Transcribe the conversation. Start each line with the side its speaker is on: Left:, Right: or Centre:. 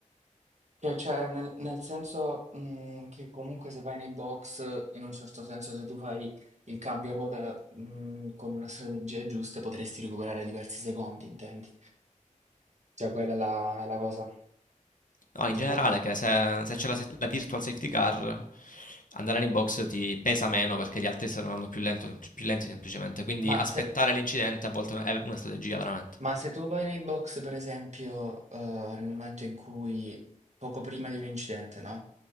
Right: che- cioè, nel, nel senso, mm, che comunque se vai nei box, in un certo senso, se tu fai il cambio a ruota, mm, con una strategia giusta, potresti recuperare diversi secondi, intendi? Cioè, quella è la, la cosa.
Left: No, in generale,
Right: La-
Left: che se, se c'è la, se- la virtual safety car, andare nei box ti pesa meno perché gli altri stanno andando più, lento, sempl- più lenti semplicemente. Quindi
Right: Ma
Left: aspettare
Right: se,
Left: l'incidente a volte è una strategia veramente.
Right: Ma se tu vai nei box, per esempio, eh, nel momento in cui, poco prima di un incidente, no?